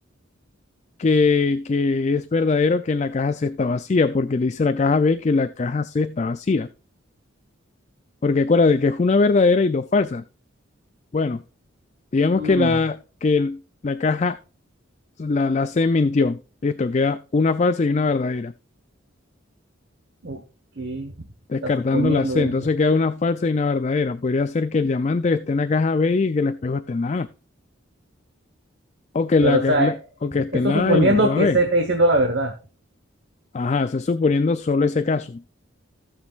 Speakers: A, on the left (about 35°); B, on the right (about 55°).
A: que, que es verdadero que en la caja C está vacía, porque le dice a la caja B que la caja C está vacía. Porque acuérdate que es una verdadera y dos falsas. Bueno, digamos
B: Mm,
A: que la, que el- la caja la, la C mintió. Listo, queda una falsa y una verdadera.
B: ok.
A: Descartando
B: Está suponiendo
A: la C, entonces
B: eso.
A: queda una falsa y una verdadera. Podría ser que el diamante esté en la caja B y que el espejo esté en la A. O que, la,
B: Pero, o sea,
A: o que esté
B: eso
A: en la
B: suponiendo
A: A y la otra en la
B: que
A: B.
B: C está diciendo la verdad.
A: Ajá, se suponiendo solo ese caso.